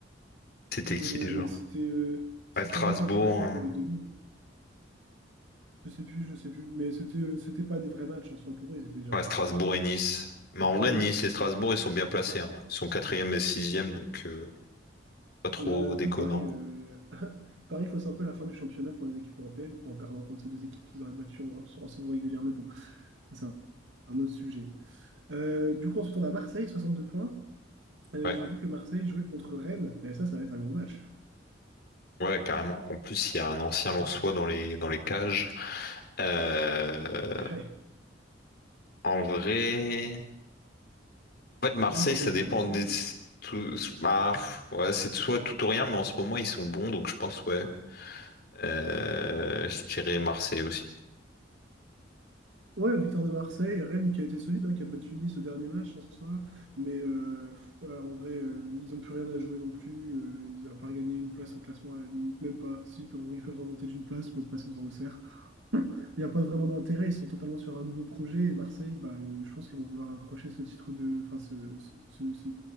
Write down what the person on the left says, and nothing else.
C'était
qui déjà?
À Strasbourg.
hein.
Ouais,
Strasbourg et Nice. Mais en
vrai, Nice
et Strasbourg, ils sont bien placés. hein. Ils sont quatrième et sixième, donc euh, pas trop
déconnant.
Ouais,
ouais, carrément. En plus, il y a un ancien Lensois dans les dans les cages. Euh,
en vrai. En fait, Marseille,
ça
dépend
des...
tout- bah, pff, ouais, c'est soit tout ou rien, mais en ce moment, ils sont bons, donc je pense, ouais. Euh, je dirais Marseille aussi.